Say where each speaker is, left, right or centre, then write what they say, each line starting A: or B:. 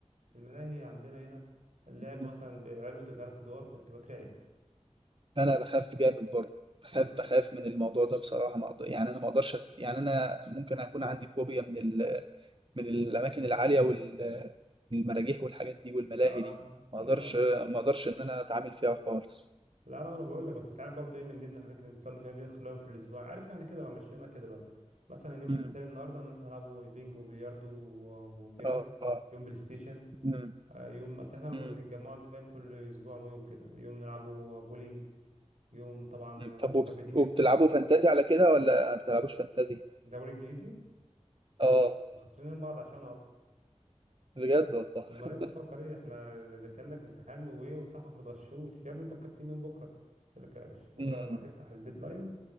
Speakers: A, on the right; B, on the right.
A: الملاهي عندنا هنا اللعب
B: <clears throat>
A: مثلا بعلبة ثلاث أدوار كنت بترعب
B: انا بخاف جامد برضه بخاف
A: مم.
B: بخاف من الموضوع ده بصراحه ما أقدر يعني انا ما اقدرش أست... يعني انا ممكن اكون عندي فوبيا من ال... من الاماكن العاليه وال... والمراجيح والحاجات دي والملاهي
A: آه
B: دي ما
A: مم.
B: اقدرش ما اقدرش ان انا اتعامل فيها خالص
A: لا لا انا بقول لك بس ساعات برضه ايه من ضمن الحاجات اللي بنتصل فيها دي نخليها يوم في الاسبوع عارف احنا كده بقى مشينا كده بقى مثلا يوم التسالي
B: امم
A: النهارده هنروح نلعبوا بينج وبلياردو و- وكده
B: اه اه
A: يوم بلاي ستيشن
B: امم
A: آه، يوم اصل احنا مثلا
B: امم
A: بنتجمع انت فاهم كل اسبوع يوم كده يوم نلعبوا بولينج يوم طبعا
B: أمم.
A: آه،
B: طب
A: مثبتين
B: وب... وبتلعبوا
A: يوم كرة قدم
B: فانتازي على كده ولا ما بتلعبوش فانتازي
A: دوري انجليزي
B: اه
A: خسرانين من بعض عشان اصلا
B: بجد والله
A: امال
B: <laughs>
A: انت فكر ايه احنا ده كانك امتحان وايه وصاحبك متغشوش يا ابني انت بكابتن مين بكره يقول لك لا يا باشا بكره
B: امم
A: لما تفتح الديدلاين